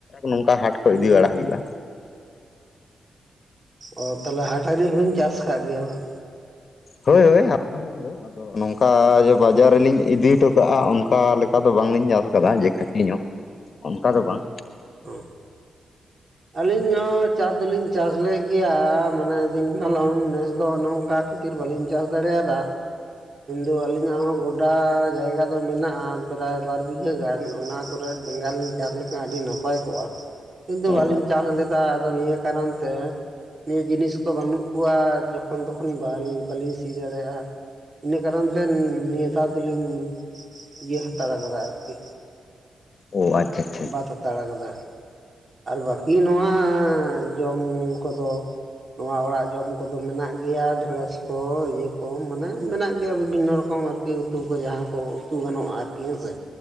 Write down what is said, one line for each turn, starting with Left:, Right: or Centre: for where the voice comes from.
Left: ᱱᱚᱝᱠᱟ ᱦᱟᱴ ᱠᱚ ᱤᱫᱤ ᱵᱟᱲᱟ ᱦᱩᱭᱩᱜᱼᱟ᱾
Right: ᱚ ᱛᱟᱦᱚᱞᱮ ᱦᱟᱴ ᱦᱟᱹᱨᱤᱡ ᱦᱩᱞᱤᱧ ᱪᱟᱥ ᱟᱠᱟᱫ ᱜᱮᱭᱟ ᱵᱟᱝ?
Left: ᱦᱳᱭ ᱦᱳᱭ ᱦᱟᱞᱠᱟ ᱧᱚᱜ ᱜᱮ᱾ ᱟᱫᱚ ᱱᱚᱝᱠᱟ ᱡᱮ ᱵᱟᱡᱟᱨ ᱨᱮᱞᱤᱧ ᱤᱫᱤ ᱦᱚᱴᱚ ᱠᱟᱜᱼᱟ ᱚᱱᱠᱟ ᱞᱮᱠᱟ ᱫᱚ ᱵᱟᱝᱞᱤᱧ ᱪᱟᱥ ᱟᱠᱟᱫᱟ ᱡᱮ ᱠᱷᱟᱹᱮᱪ ᱧᱚᱜ᱾ ᱚᱱᱠᱟ ᱫᱚ ᱵᱟᱝ᱾
Right: <unintelligible> ᱟᱹᱞᱤᱧ ᱦᱚᱸ ᱪᱟᱥ ᱫᱚᱞᱤᱧ ᱪᱟᱥᱞ ᱜᱮᱭᱟ ᱢᱟᱱᱮ ᱫᱤᱱ ᱠᱟᱞᱚᱢ ᱱᱮᱥ ᱫᱚ ᱱᱚᱜᱝᱠᱟ ᱠᱷᱟᱹᱛᱤᱨ ᱵᱟᱞᱤᱧ ᱪᱟᱥ ᱫᱟᱲᱮᱭᱟᱫᱟ᱾ ᱩᱱ ᱫᱚ ᱟᱹᱞᱤᱧᱟᱜ ᱦᱚᱸ ᱜᱚᱰᱟ ᱡᱟᱭᱜᱟ ᱫᱚ ᱢᱮᱱᱟᱜᱼᱟ ᱯᱨᱟᱭ ᱵᱟᱨ ᱵᱤᱜᱷᱟᱹ ᱜᱟᱱ ᱚᱱᱟ ᱠᱚᱨᱮᱫ᱾ ᱵᱮᱜᱟᱲ ᱞᱤᱧ ᱪᱟᱥ ᱞᱮᱠᱷᱟᱱ ᱟᱹᱰᱤ ᱱᱟᱯᱟᱭ ᱠᱚᱜᱼᱟ ᱠᱤᱱᱛᱩ
Left: ᱚ
Right: ᱵᱟᱞᱤᱧ
Left: ᱚ
Right: ᱪᱟᱥ ᱞᱮᱫᱟ ᱟᱫᱚ ᱱᱤᱭᱟᱹ ᱠᱟᱨᱚᱱ ᱛᱮ᱾ ᱱᱤᱭᱟᱹ ᱡᱤᱱᱤᱥ ᱠᱚ ᱵᱟᱹᱱᱩᱜ ᱠᱚᱣᱟ ᱡᱚᱠᱷᱚᱱ ᱛᱚᱠᱷᱚᱱ ᱵᱟᱹᱞᱤᱧ ᱥᱤ ᱫᱟᱲᱮᱭᱟᱜᱼᱟ᱾ ᱤᱱᱟᱹ ᱠᱟᱨᱚᱱ ᱛᱮ ᱱᱤᱭᱟᱹ ᱫᱷᱟᱣ ᱫᱚᱞᱤᱧ ᱤᱭᱟᱹ ᱦᱟᱛᱟᱲ ᱟᱠᱟᱫᱟ ᱟᱨᱠᱤ᱾
Left: ᱚ ᱟᱪᱷᱟᱷᱟ᱾
Right: ᱵᱟᱛ ᱦᱟᱛᱟᱲ ᱟᱠᱟᱫᱟ ᱟᱨ ᱵᱟᱹᱠᱤ ᱱᱚᱣᱟ ᱡᱚᱢ ᱠᱚᱫᱚ᱾ ᱱᱚᱣᱟ ᱚᱲᱟᱜ ᱡᱚᱢ ᱠᱚᱫᱚ ᱢᱮᱱᱟᱜ ᱜᱮᱭᱟ ᱰᱷᱮᱲᱚᱥ ᱠᱚ ᱤᱭᱟᱹ ᱠᱚ ᱢᱟᱱᱮ ᱢᱮᱱᱟᱜ ᱜᱮᱭᱟ ᱵᱤᱵᱷᱤᱱᱱᱚ ᱨᱚᱠᱚᱢ ᱟᱨᱠᱤ᱾ ᱩᱛᱩ ᱠᱚ ᱡᱟᱦᱟᱸ ᱠᱚ ᱩᱛᱩ ᱜᱟᱱᱚᱜᱼᱟ ᱟᱨᱠᱤ ᱦᱮᱸ ᱥᱮ᱾